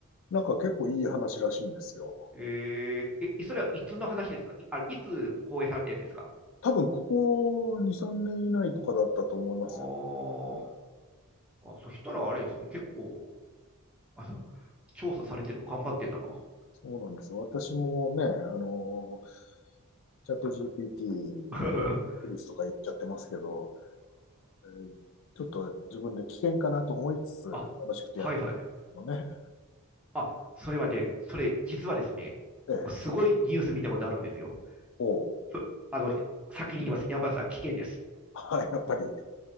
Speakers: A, on the left; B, in the centre.
A: なんか結構いい話らしいんですよ。
B: えー、え、それはいつの話ですかい、あれ、いつ放映されたやつですか
A: 多分ここ2、3年以内とかだったと思いますよ。
B: あーあ、そしたらあれですよね、結構、あの、調査されてるの頑張ってんだな。
A: そうなんですよ。私もね、あの、チャット GPT に
B: <laughs> あー
A: プリスとか言っちゃってますけど、えーちょっと自分で危険かなと思いつつ、
B: あ、
A: 楽しくてやってる
B: はいはい。
A: のね。
B: あ、それはね、それ、実はですね、
A: ええ、
B: 僕すごいニュース見たことあるんですよ。
A: おう、
B: そあの、先に言います。山田さん、危険です。
A: <laughs> あやっぱり、